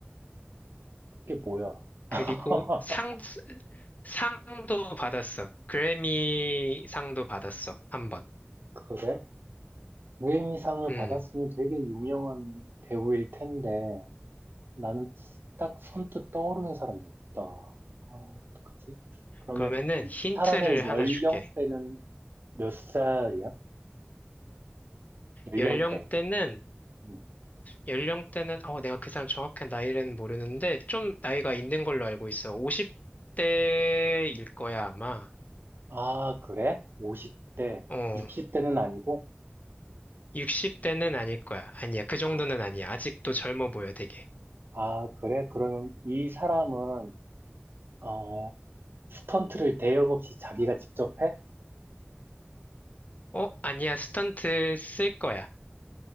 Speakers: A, on the right (about 60°); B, on the left (about 40°).
A: 그게 뭐야?
B: 그리고
A: <laughs>
B: 상 상도 받았어. 그래미 상도 받았어. 한 번.
A: 그래? 무에미상을
B: 음.
A: 받았으면 되게 유명한 배우일 텐데, 나는 딱 선뜻 떠오르는 사람이 없다. 아, 어떡하지? 그러면
B: 그러면은
A: 이
B: 힌트를
A: 사람의 연령대는
B: 하나 줄게.
A: 몇 살이야? 연령대.
B: 연령대는,
A: 응.
B: 연령대는, 어, 내가 그 사람 정확한 나이는 모르는데, 좀 나이가 있는 걸로 알고 있어. 50대일 거야, 아마.
A: 아, 그래? 50대,
B: 어,
A: 60대는 아니고?
B: 60대는 아닐 거야. 아니야, 그 정도는
A: 어.
B: 아니야. 아직도 젊어 보여, 되게.
A: 아, 그래? 그러면 이 사람은, 어, 스턴트를 대역 없이 자기가 직접 해?
B: 어, 아니야, 스턴트 쓸 거야.